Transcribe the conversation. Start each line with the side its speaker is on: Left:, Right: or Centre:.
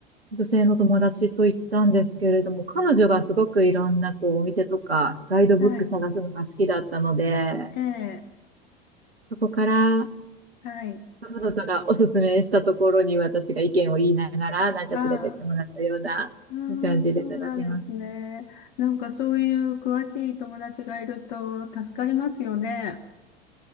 Right: 女性の友達と行ったんですけれども、彼女がすごくいろんなこうお店とかガイドブック探すのが好きだったので、
Left: はい。ええ、
Right: そこから
Left: はい。
Right: 彼女がおすすめしたところに私が意見を言いながら、なんか連れてってもらったような感じで探しました。
Left: ああ、ああ、そうなんですね。なんかそういう詳しい友達がいると助かりますよね。